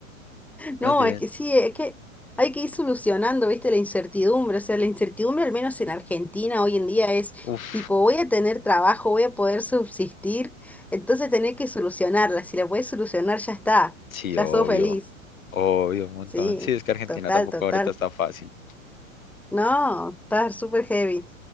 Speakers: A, on the left; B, in the centre.
A: más
B: No,
A: bien.
B: es que sí, es que hay que ir solucionando, viste, la incertidumbre. O sea, la incertidumbre, al menos en Argentina hoy en día, es
A: Uf,
B: tipo, voy a tener trabajo, voy a poder subsistir, entonces tener que solucionarla. Si la puedes solucionar, ya está,
A: sí,
B: ya
A: obvio,
B: sos feliz.
A: obvio, un montón.
B: Sí,
A: Sí, es que Argentina
B: total,
A: tampoco
B: total.
A: ahorita está fácil.
B: No, está súper heavy.